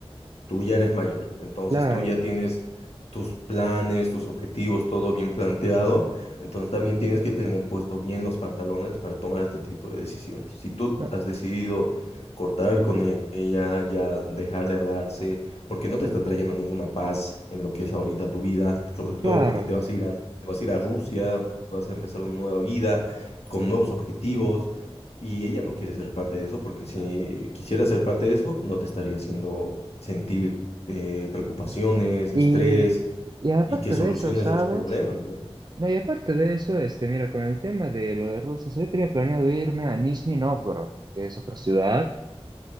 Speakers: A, on the left; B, on the right.
A: tú ya eres mayor, entonces
B: claro.
A: tú ya tienes tus planes, tus objetivos, todo bien planteado, entonces también tienes que tener puesto bien los pantalones para tomar este tipo de decisiones. Si tú
B: No,
A: has decidido cortar con e- ella, ya dejar de hablarse, porque no te está trayendo ninguna paz en lo que es ahorita tu vida, sobre todo
B: claro.
A: porque te vas a ir a, te vas a ir a Rusia, vas a empezar una nueva vida con nuevos objetivos. Y ella no quiere ser parte de eso porque si quisiera ser parte de eso, no te estaría haciendo sentir eh, preocupaciones,
B: Y,
A: estrés
B: y aparte
A: y que soluciones
B: de eso, ¿sabes?
A: los problemas, ¿no?
B: No, y aparte de eso, este, mira, con el tema de lo de Rusia, yo tenía planeado irme a Nizhny Novgorod, que es otra ciudad,